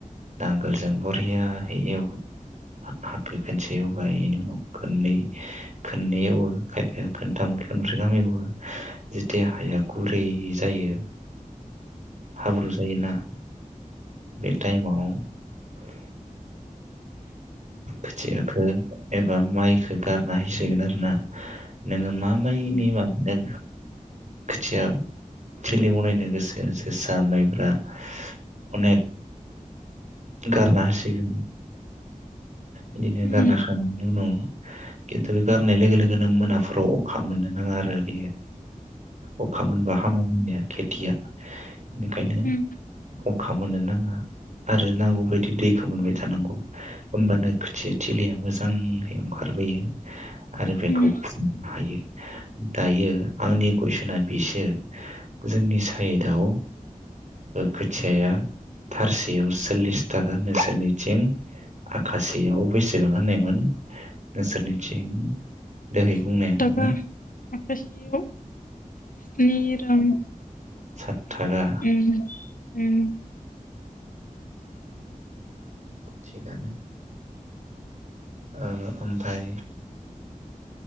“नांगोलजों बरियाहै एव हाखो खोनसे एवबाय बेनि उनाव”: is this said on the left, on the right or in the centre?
Right